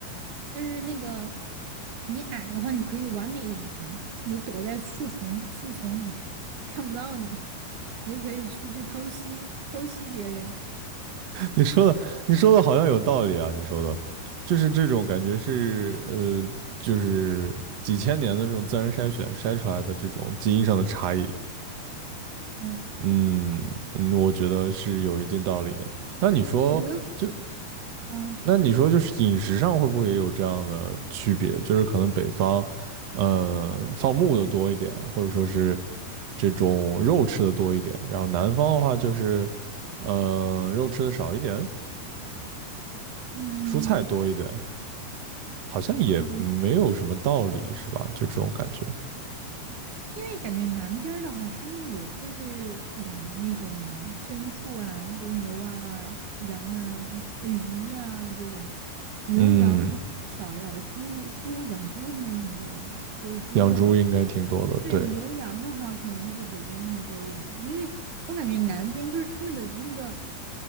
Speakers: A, on the right (about 55°); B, on the right (about 85°).
A: 但是那个你矮的话，你可以完美隐藏，你就躲在树丛树丛里，<laughs> 看不到你，你就可以出去偷袭偷袭别人。
B: 你说的，你说的好像有道理啊！你说的，就是这种感觉是，呃，就是几千年的这种自然筛选筛出来的这种基因上的差异，
A: 嗯，
B: 嗯嗯，我觉得是有一定道理的。那你说，
A: 我觉得，
B: 就
A: 嗯
B: 那你说，就是饮食上会不会也有这样的区别？就是可能北方，呃，放牧的多一点，或者说是这种肉吃的多一点，然后南方的话就是，呃，肉吃的少一点，
A: 嗯。
B: 蔬菜多一点。好像也没有什么道理，
A: 嗯，
B: 是吧？就这种感觉。
A: 因为感觉南边儿的话，他们也就是养那种牲畜啊，比如牛啊、羊啊、呃鱼啊这种，牛羊可能少一点儿，
B: 嗯，
A: 猪猪养猪应该挺多的，就是猪肉嘛。
B: 养猪应该挺多的，
A: 对，
B: 对，
A: 牛羊的话可能是北边会多一点，因为我感觉南边就是他们的那个